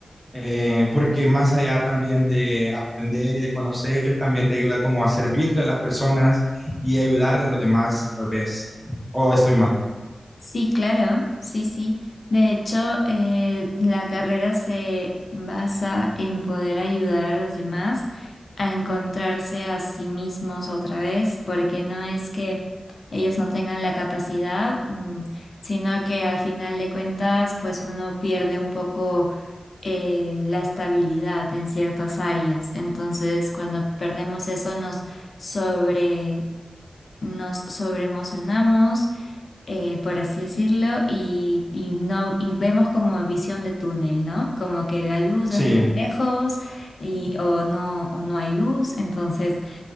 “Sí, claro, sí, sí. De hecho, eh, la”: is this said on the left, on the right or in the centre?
Left